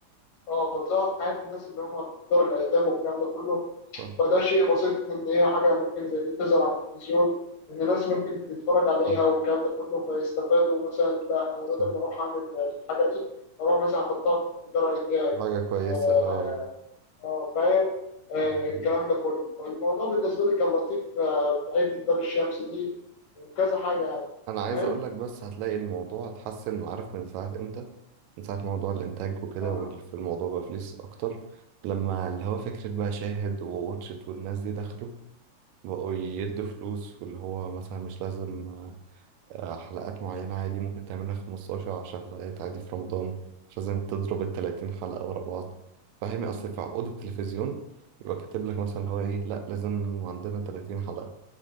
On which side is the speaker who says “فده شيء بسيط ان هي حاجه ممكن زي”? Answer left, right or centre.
Left